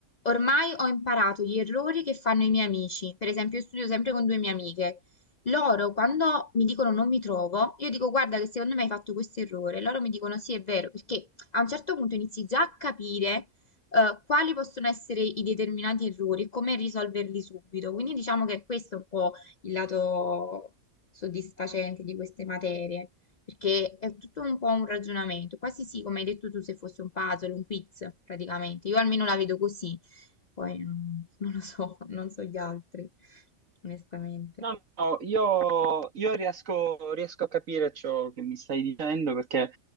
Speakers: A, on the left; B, on the right.
A: Ormai ho imparato gli errori che fanno i miei amici, per esempio io studio sempre con due mie amiche, loro quando mi dicono non mi trovo, io dico guarda che secondo me hai fatto questo errore, loro mi dicono sì è vero, perché a un certo punto inizi già a capire eh, quali possono essere i determinati errori e come risolverli subito, quindi diciamo che questo è un po' il lato soddisfacente di queste materie, perché è tutto un po' un ragionamento, quasi sì, come hai detto tu, se fosse un puzzle, un quiz praticamente, io almeno la vedo così. Poi mm, <laughs> non lo so, <laughs> non so gli altri, onestamente.
B: No, no, io, io riesco, riesco a capire ciò che mi stai dicendo perché